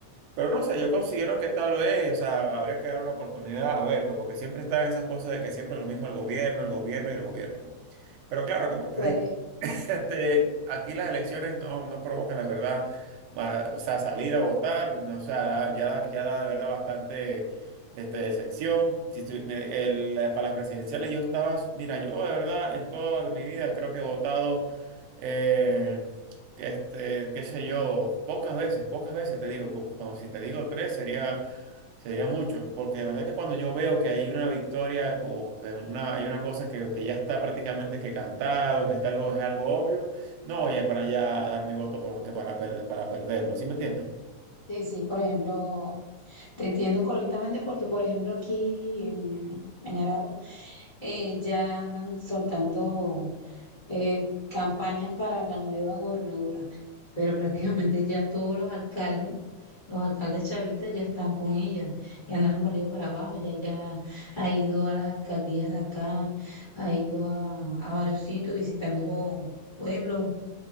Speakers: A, on the right (about 80°); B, on the left (about 80°).
A: Pero no sé, yo considero que tal vez, o sea, habría que dar una oportunidad a ver, pues, porque siempre están esas cosas de que siempre es lo mismo el gobierno, el gobierno y el gobierno. pues. Pero claro, como te
B: Pues
A: este, aquí las elecciones no, no provocan, la verdad, ma- o sea, salir a votar, no, o sea, da- ya da, ya da de verdad bastante este, decepción. Si tu- me- el- la- para las presidenciales yo estaba, mira, yo de verdad en toda mi vida creo que he votado, eh, este, qué sé yo, pocas veces, pocas veces te digo, como, como si te digo tres sería Sería mucho, porque de verdad que cuando yo veo que hay una victoria o que una, hay una cosa que, que ya está prácticamente que cantado, que está algo, es algo obvio, no voy a para allá a dar mi voto pero que para, per- para perderlo, ¿sí me entiendes?
B: Sí, sí, por ejemplo, te entiendo correctamente porque, por ejemplo, aquí en, en Aragua eh, ya andan soltando eh, campañas para la nueva gobernadora, pero <laughs> prácticamente ya todos los alcaldes, los alcaldes chavistas ya están con ella, ya andan por arriba y para abajo, ya ella ha ido a las alcaldías de acá, ha ido a, a varios sitios visitando pueblos.